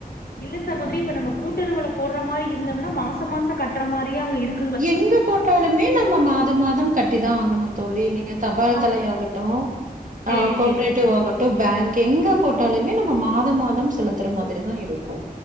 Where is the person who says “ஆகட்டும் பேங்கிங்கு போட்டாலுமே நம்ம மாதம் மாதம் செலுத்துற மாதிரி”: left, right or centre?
Right